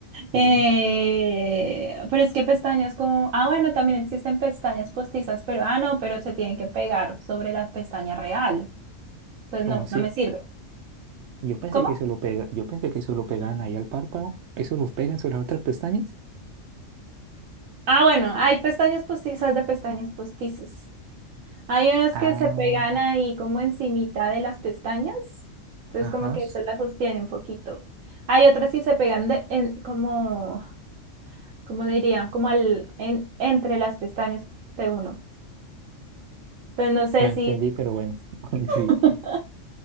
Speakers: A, on the right; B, on the right.
A: Sí,
B: Eh, pero es que pestañas como. Ah, bueno, también existen pestañas postizas, pero ah, no, pero se tienen que pegar sobre la pestaña real. Pues
A: como
B: no,
A: así.
B: no me sirve.
A: Yo pensé
B: ¿Cómo?
A: que eso lo pega, yo pensé que eso lo pegan ahí al párpado. ¿Eso los pegan sobre las otras pestañas?
B: Ah, bueno, hay pestañas postizas de pestañas postizas. Hay unas
A: Ah,
B: que se pegan ahí como encimita de las pestañas, entonces
A: ajá.
B: como que eso las sostiene un poquito. Hay otras que se pegan de, en, como, como diría, como al, en, entre las pestañas de uno. Entonces no sé
A: Lo entendí,
B: si,
A: pero bueno. <laughs> Sí,
B: <laughs>